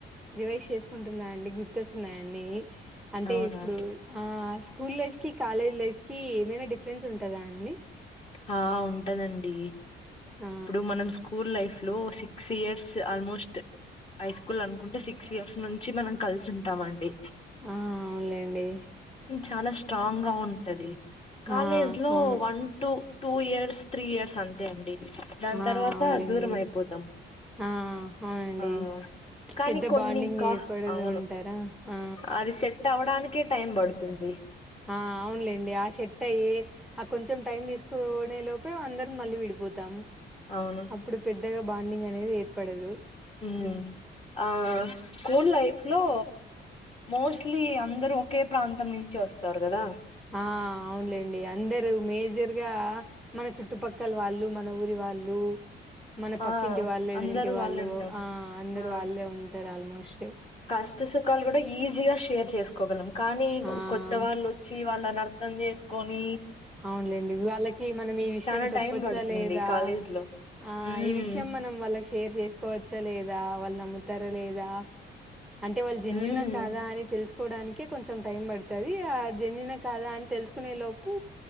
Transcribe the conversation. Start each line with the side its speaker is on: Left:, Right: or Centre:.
Centre: రివైజ్ చేసుకుంటున్నా అండి గుర్తొస్తున్నాయి అన్నీ. అంటే
Left: అవునా
Centre: ఇప్పుడు ఆ స్కూల్ లైఫ్ కి కాలేజ్ లైఫ్ కి ఏమైనా డిఫరెన్స్ ఉంటదా అండి?
Left: ఆ ఉంటదండి
Centre: ఆ
Left: ఇప్పుడు మనం స్కూల్ లైఫ్ లో six years almost high school అనుకుంటే సిక్స్ ఇయర్స్ నుంచి మనం కలిసి ఉంటమండి.
Centre: ఆ అవునులేండి
Left: చాలా స్ట్రాంగ్ గా ఉంటది. కాలేజ్
Centre: ఆ
Left: లో
Centre: అవును
Left: one two two years, three years, అంతే అండి. దాని
Centre: ఆ
Left: తర్వాత
Centre: అవునులేండి
Left: దూరం అయిపోతాం.
Centre: ఆ అవునండి
Left: ఆ కానీ
Centre: పెద్ద
Left: కొన్ని
Centre: బాండింగ్
Left: కా
Centre: ఏర్పడదు
Left: అవును
Centre: అంటారా ఆ
Left: అది సెట్ అవ్వడానికి కే టైమ్ పడుతుంది.
Centre: ఆ అవునులేండి ఆ సెట్టు అయ్యే ఆ కొంచెం టైం తీసుకునే లోపే అందరం మళ్ళీ విడిపోతాం.
Left: అవును
Centre: అప్పుడు పెద్ ద్దగా బాండింగ్ అనేది ఏర్పడదు.
Left: మ్మ్ ఆ స్కూల్ లైఫ్ లో మోస్ట్లీ అంద రు ఒకే ప్రాంతం నుంచి వస్తరు కదా.
Centre: ఆ అవునులేండి అందరు మేజర్గా మన చుట్టుపక్కల వాళ్ళు, మన ఊరి వాళ్ళు, మన పక్కింటి
Left: ఆ
Centre: వాళ్ళు ఎదిరింటి
Left: అందరు
Centre: వాళ్ళు
Left: వాళ్ళే ఉంట
Centre: ఆ అందరు
Left: ఆ
Centre: వాళ్ళే ఉంటారు ఆల్మోస్ట్
Left: కష్ట సుఖాలు కూడ ఈజీగా షేర్ చేసుకోగలం కానీ
Centre: ఆ
Left: కొత్త వాళ్ళు వచ్చి వాళ్ళన ర్థం చేసుకొనీ
Centre: అవునులేండి వాళ్ళకి మనం ఈ విషయం
Left: చానా
Centre: చెప్పొచ్చ
Left: టైం పడుతుంది
Centre: లేదా
Left: కాలేజ్ లో
Centre: ఆ ఆ
Left: హ్మ్
Centre: ఈ విషయం మనం వాళ్ళకి షేర్ చేసుకోవచ్చా లేదా, వాళ్ళు నమ్ముతరా లేదా అంటే వాళ్ళు జన్యునా
Left: హ్మ్
Centre: కాదా అని తెలుస్ కోడానికి కొంచెం టైం పడుతది ఆ జెన్యూన్ కాదా అని తెలుసుకునే లోపూ